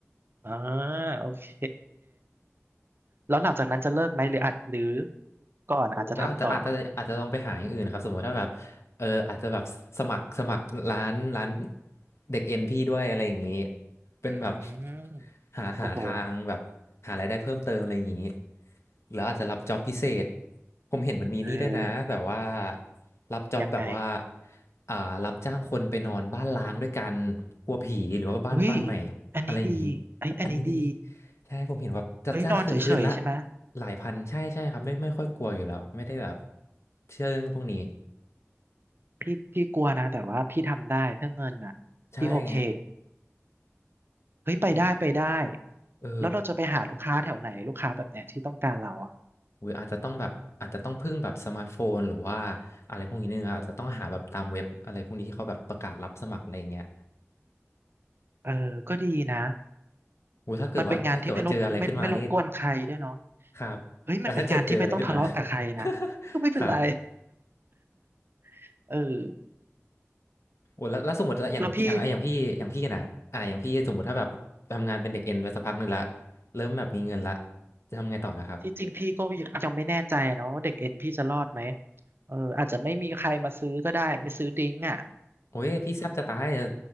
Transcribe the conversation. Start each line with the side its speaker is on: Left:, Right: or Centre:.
Right: เออโอเคแล้วหลังจากนั้นจะเลิกไหมหรืออาจหรือก่อนอาจจะทำต่อ
Left: ก็อาจจะอาจจะอาจจะลองไปหาอย่างอื่นครับสมมติถ้าแบบเอออาจจะแบบสมัครสมัครร้านร้านเด็กเอ็นพี่ด้วยอะไรอย่างนี้เป็นแบบ
Right: อืม
Left: หาหาทางแบบหารายได้เพิ่มเติมอะไรอย่างนี้
Right: โอ้โห
Left: หรืออาจจะรับจ็อบพิเศษผมเห็นมันมีนี่ด้วยนะแบบว่า
Right: เออ
Left: รับจ็อบแบบว่า
Right: ยังไง
Left: อ่ารับจ้างคนไปนอนบ้านล้างด้วยกันกลัวผีหรือว่าบ้านบ้านใหม่
Right: เฮ้ยอันนี้ดีเอ้ยอันนี้ดี
Left: อะไรอย่างนี้อันนี้ดี ใช่ผมเห็นแบบจัดจ้างคือคืนละ
Right: เฮ้ยนอนเฉยๆใช่ไหม
Left: หลายพันใช่ใช่ครับไม่ไม่ค่อยกลัวอยู่แล้วไม่ได้แบบเชื่อเรื่องพวกนี้
Right: พี่พี่กลัวนะแต่ว่าพี่ทำได้เพื่อเงินอ่ะพี่โอเค
Left: ใช่ไง
Right: เฮ้ยไปได้ไปได้
Left: มันเออ
Right: แล้วเราจะไปหาลูกค้าแถวไหนลูกค้าแบบเนี้ยที่ต้องการเราอ่ะ
Left: หรืออาจจะต้องแบบอาจจะต้องพึ่งแบบสมาร์ทโฟนหรือว่าอะไรพวกนี้นึงครับอาจจะต้องหาแบบตามเว็บอะไรพวกนี้ที่เขาแบบประกาศรับสมัครอะไรอย่างเงี้ย
Right: เออก็ดีนะ
Left: โอ้ถ้าเกิดว่าถ้าเกิดว่าเจออะไรขึ้นมานี่
Right: มันเป็นงานที่ไม่รบไม่ไม่รบกวนใครด้วยเนาะ
Left: ครับแต่ถ้าเกิดเจออะไรขึ้นมา
Right: เฮ้ยมันเป็นงานที่ไม่ต้องทะเลาะกับใครนะก็ไม่เป็นไร
Left: <laughs> ครับ
Right: <laughs> เออ
Left: โอ้แล้วแล้วสมมติอย่างพี่อย่างอย่างพี่อย่างพี่นะอ่าอย่างพี่สมมติถ้าแบบทำงานเป็นเด็กเอ็นไปสักพักหนึ่งละ
Right: แล้วพี่
Left: เริ่มแบบมีเงินละจะทำไงต่อนะครับ
Right: ที่จริงพี่ก็ยังไม่แน่ใจนะว่าเด็กเอ็นพี่จะรอดไหมเอออาจจะไม่มีใครมาซื้อก็ได้ไม่ซื้อดิ้งอ่ะ
Left: โอ้ยพี่แซบจะตายอะ